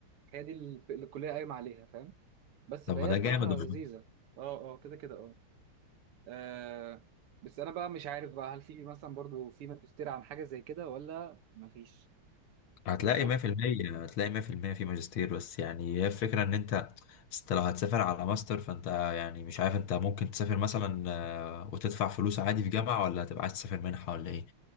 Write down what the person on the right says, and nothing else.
هي دي ال- الكلية قايمة عليها فاهم بس
فهي
بصراحة
لذيذة اه اه كده كده اه آه بس انا بقى مش عارف بقى هل في مثلا برضو في ماجستير عن حاجه زي كده ولا مفيش
بس انا